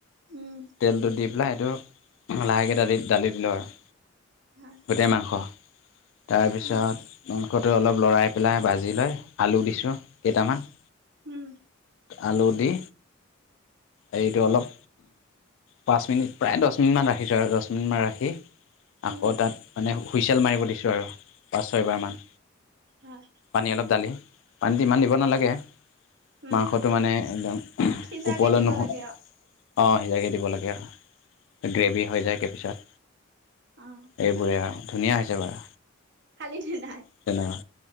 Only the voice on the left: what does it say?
তেলটো দি পেলাই সেইটো লাহেকে দালি দালি দিলোঁ আৰু।
গোটেই মাংস। তাৰপিছত
টো অলপ লৰাই পেলাই ভাজি লৈ আলু দিছোঁ কেইটামান।
আলু দি এইটো অলপ পাঁচ মিনিট প্ৰায় দহ মিনিটমান ৰাখিছোঁ আৰু দহ মিনিটমান ৰাখি আকৌ
তাত মানে, হুইচেল মাৰিব দিছোঁ আৰু পাঁচ ছয়বাৰমান
পানী অলপ ঢালি। পানীটো ইমান দিব নালাগে।
মাংসটো মানে একদম
ওপলৈ
নহল।
অঁ সিজাকে দিব লাগে। আৰু গ্ৰেভি হৈ যায়গৈ পিছত।
এইবোৰে আৰু ধুনীয়া হৈছে বাৰু।
তেনেকুৱা